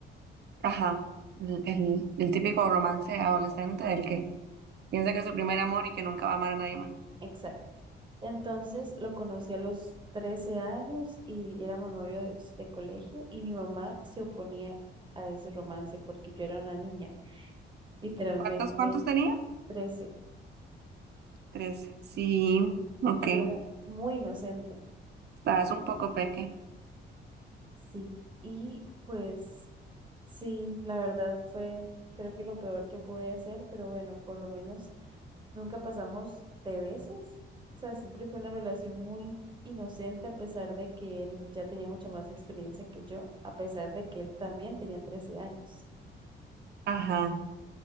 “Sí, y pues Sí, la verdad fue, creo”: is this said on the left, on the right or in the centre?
Right